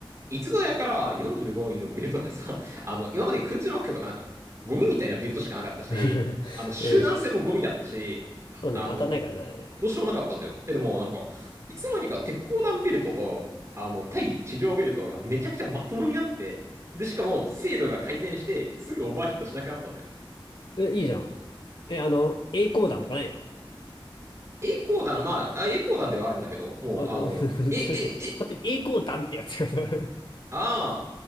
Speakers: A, on the right (about 35°); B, on the left (about 60°).
A: いつぞやから45ミリのベルトがさ、<laughs> あの、今まで空中目標とかなんか、ゴミみたいなベルトしかなかったし、
B: <laughs>
A: あの、集団戦もゴミだったし、
B: うん。そうね、
A: あの、
B: 当たんないからな、あれ。
A: どうしようもなかったんだよ。え、でもなんか、いつの間にか鉄鋼弾ベルトと、あの、対地上ベルトがめちゃくちゃまともになって、で、しかも精度が改善して、すぐオーバーヒートしなくなったんだよ。
B: え、いいじゃん。え、あの、栄光弾とかないの
A: 栄光弾、まあ、あ栄光弾ではあるんだけど、もう、
B: ま、ま、
A: あの、
B: <laughs>
A: え、え、
B: それで本当に栄光弾ってやつがさ。
A: え、
B: <laughs>
A: あ